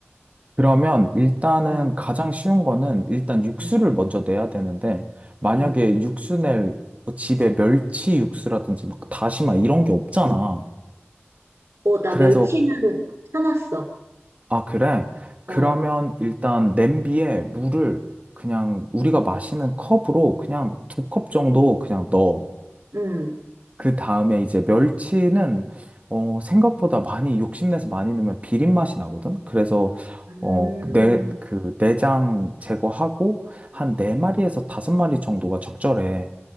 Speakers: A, on the right; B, on the right.
A: 그러면 일단은
B: 응,
A: 가장 쉬운 거는 일단 육수를
B: 응,
A: 먼저 내야 되는데 만약에
B: 응.
A: 육수 낼 집에 멸치 육수라든지 막 다시마 이런 게 없잖아.
B: 어, 나
A: 그래서
B: 멸치는 사놨어.
A: 아, 그래?
B: 어,
A: 그러면 일단 냄비에 물을 그냥 우리가 마시는 컵으로 그냥 두 컵 정도 그냥 넣어.
B: 응.
A: 그 다음에 이제 멸치는 어, 생각보다 많이 욕심내서 많이 넣으면 비린 맛이 나거든? 그래서
B: 음,
A: 어, 내, 그 내장 제거하고 한 네마리에서 다섯 마리 정도가 적절해.